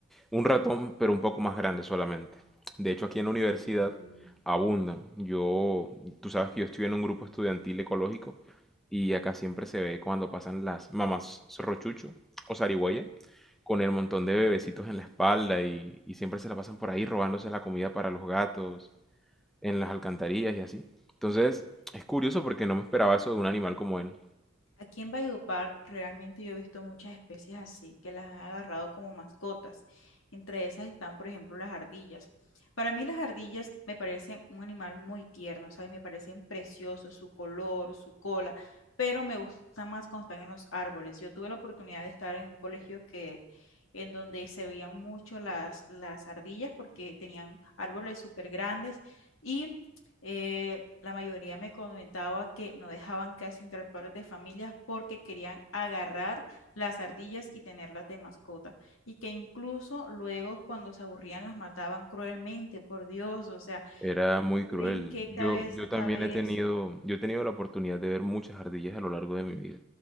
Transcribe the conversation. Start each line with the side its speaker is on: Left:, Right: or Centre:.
Centre: Un ratón, pero un poco más grande solamente. De hecho, aquí en la universidad
Left: Sí,
Centre: abundan. Yo, tú sabes que yo estoy en un grupo estudiantil ecológico y acá siempre se ve cuando pasan las mamás rochucho o zarigüeya con el montón de bebecitos en la espalda y, y siempre se la pasan por ahí robándose la comida para los gatos, en las alcantarillas y así. Entonces, es curioso porque no me esperaba eso de un animal como él.
Left: Aquí en Valledupar realmente yo he visto muchas especies así que las han agarrado como mascotas. Entre esas están, por ejemplo, las ardillas. Para mí las ardillas me parecen un animal muy tierno, ¿sabes? Me parecen preciosos, su color, su cola, pero me gusta más cuando están en los árboles. Yo tuve la oportunidad de estar en un colegio que en donde se veían mucho las, las ardillas porque tenían árboles súper grandes y eh, la mayoría me comentaba que no dejaban casi entrar padres de familias porque querían agarrar las ardillas y tenerlas de mascota. Y que incluso luego cuando se aburrían las mataban cruelmente, por Dios. O sea,
Centre: Era muy
Left: ¿tú
Centre: cruel.
Left: en qué
Centre: Yo,
Left: cabeza
Centre: yo
Left: cabe
Centre: también he tenido,
Left: eso?
Centre: yo he tenido la oportunidad de ver muchas ardillas a lo largo de mi vida.